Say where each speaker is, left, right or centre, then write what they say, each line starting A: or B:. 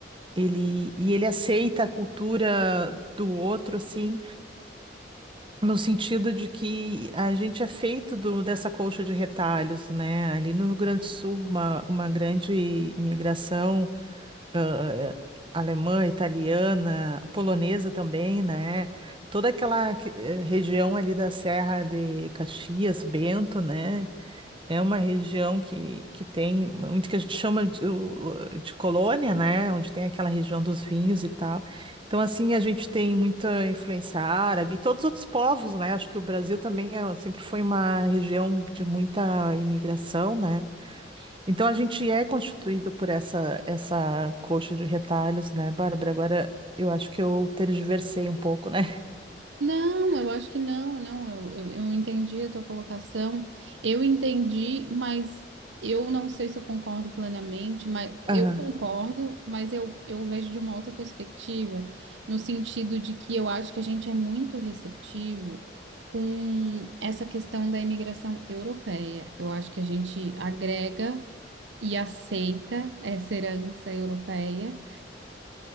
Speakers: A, on the right; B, on the right.
A: ele, e ele aceita a cultura do outro, assim, no sentido de que a gente é feito do- dessa colcha de retalhos, né? Ali no Rio Grande do Sul, uma, uma grande imigração ãh, alemã, italiana, polonesa também, né? Toda aquela que- eh, região ali da Serra de Caxias, Bento, né? É uma região que, que tem muito que a gente chama de, o- de colônia, né? Onde tem aquela região dos vinhos e tal. Então, assim, a gente tem muita influência árabe, e todos os outros povos, né? Acho que o Brasil também é- sempre foi uma região de muita imigração, né? Então, a gente é constituído por essa, essa coxa de retalhos, né, Bárbara? Agora, eu acho que eu tergiversei um pouco, né?
B: Não, eu acho que não, não, eu, eu, eu entendi a tua colocação, eu entendi, mas eu não sei se eu concordo plenamente, mas eu
A: <laughs> Aham,
B: concordo, mas eu, eu vejo de uma outra perspectiva, no sentido de que eu acho que a gente é muito receptivo com essa questão da imigração europeia. Eu acho que a gente agrega e aceita essa herança europeia